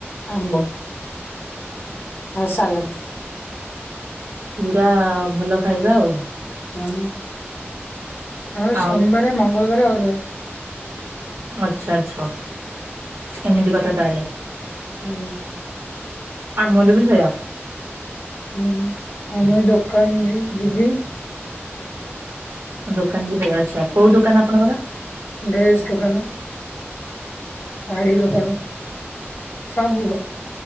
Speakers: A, on the left (about 60°); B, on the right (about 75°).
A: ଆମ୍ବ। ଆଉ ସାଲାଟ୍।
B: ପୁରା ଭଲ ଖାଇବା ଆଉ।
A: ହୁଁ। ହଁ ସୋମବାରେ,
B: ଆଉ
A: ମଙ୍ଗଳବାର ଅରୁଆ।
B: ଆଛା ଆଛା ହଉ ଏମିତି କଥା ତାହାଲେ।
A: ହୁଁ।
B: ଆମର ବି ସେଇୟା।
A: ହୁଁ ଆଉ ମୁ ଦୋକାନ ଯି ଯିବି
B: ଦୋକାନ ଯିବେ ଆଚ୍ଛା କୋଉ ଦୋକାନ ଆପଣଙ୍କର?
A: ଡ୍ରେସ୍ ଦୋକାନ। ଶାଢୀ ଦୋକାନ ସବୁ।